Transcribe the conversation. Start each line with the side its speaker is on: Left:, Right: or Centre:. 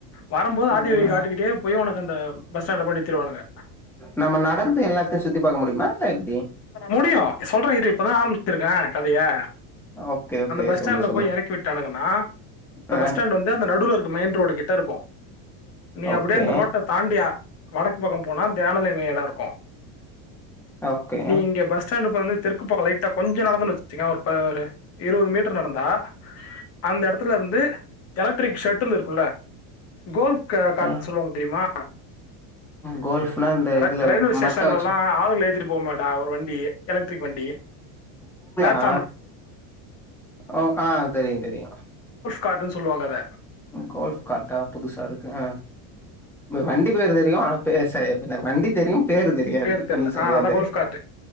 Left: வரும்போது ஆதிவழி
Centre: ம்
Left: காட்டுக்கிட்டே போய் உனக் இந்த பஸ்ஸண்டு போய் நிறுத்திவானுங்க
Centre: நம்ம நடந்து எல்லாத்தையு சுத்தி பாக்க முடியுமா இல்ல எப்டி
Left: முடியும் சொல்ற இரு இப்ப தா ஆரம்பிச்சிருக்க கதையா
Centre: ஓகே ஓகே
Left: அந்த பஸ் ஸ்டாண்ட்ல
Centre: சொல்லு சொல்லு
Left: போய் இறக்கி விட்டானங்கன்னா
Centre: ஆ
Left: பஸ் ஸ்டாண்ட் வந்து அந்த நடுல்ல இரு மெயின் ரோடு கிட்ட இருக்கு நீ
Centre: ஓகே
Left: அப்படியே அந்த ரோட்ட தாண்டி வடக்கு பக்கம் போனா தியானலிங்கம் இடம் இருக்கும்
Centre: ஓகே
Left: நீ இங்க பஸ் ஸ்டாண்டு வந்து தெற்கு பக்கோ லைட்டா கொஞ்சம் நடந்த வச்சகோவே பாரே இருவது மீட்ட ர் நடந்தா அந்த இடத்துல இருந்து கலக்ட் ரிக் ஷர்டல் இருக்கும்லா கோல்ஃப் காட
Centre: அ
Left: சொல்லுவாங்க தெரியுமா
Centre: கோல்ஃப்னா இந்த
Left: ர
Centre: இதுல
Left: ரயில்வே ஸ்டேஷன்லல்லா
Centre: மட்ட வச்சு
Left: ஆளுங்கள ஏத்திட் போ மேட்டா ஓர் வ ண்டி எலக்ட்ரிக் வண்டி பிளாட்
Centre: ஆ ஓ ஆ தெரியும் தெரியும்
Left: காட்டுன்னு சொல்வாங்கள்ள
Centre: கோல்ஃப் காட்டா புதுசா இருக்கு ஆ வண்டி பேர் தெரியும் ஆனா பே ச வண்டி தெரியும், பேரு தெரியாது.
Left: பேரு
Centre: இப்ப
Left: தெர்ல
Centre: நீ சொல்லி
Left: ஆ
Centre: தான்
Left: அதா
Centre: தெரியும்.
Left: கோல்ஃப் கார்ட்